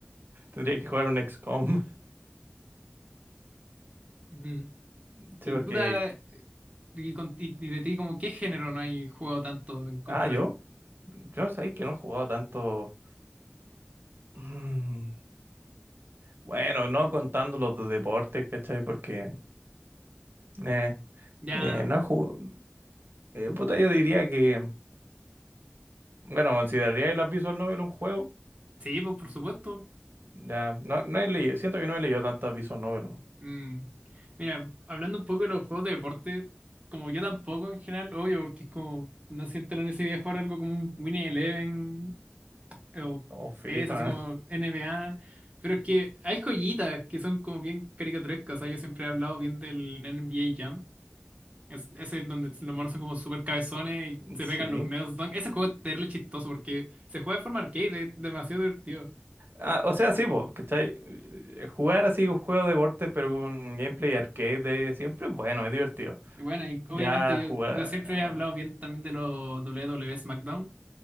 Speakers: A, on the right (about 60°); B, on the right (about 35°).
A: tendría que jugar un XCOM. <laughs>
B: ujú.
A: Sí,
B: y
A: porque...
B: puta, y, con- y- y de ti, como, ¿qué género no hay juego tanto en comparación?
A: Ah, yo, yo sabéis que no he jugado tanto... Mm, Bueno, no contando los de deportes, ¿cachai? Porque... Eh,
B: Ya,
A: eh, no he jugado... Puta, yo diría que... Bueno, consideraría las Visual Novel un juego.
B: sí, pues por supuesto.
A: Ya, no, no he leído, siento que no he leído tantas Visual Novel.
B: Mm. Mira, hablando un poco de los juegos de deporte, como yo tampoco en general, obvio, porque es como, no siento la necesidad de jugar algo como un Winning Eleven eh, o
A: O FIFA,
B: PES, así como NBA, pero es que hay joyitas que son como bien caricaturescas, o sea, yo siempre he hablado bien del NBA Jam, es, ese es donde los monos son como súper cabezones
A: <laughs>
B: y se
A: sí.
B: pegan los medios dunk, ese juego es terrible chistoso porque se juega de forma arcade, es demasiado divertido.
A: Ah, o sea, sí, po, ¿cachai? Eh, eh, Jugar así un juego de deporte, pero con gameplay arcade de siempre bueno, es divertido.
B: Y bueno, y
A: Ya
B: obviamente yo,
A: jugar.
B: yo siempre he
A: no,
B: hablado bien también de los W W WWE SmackDown.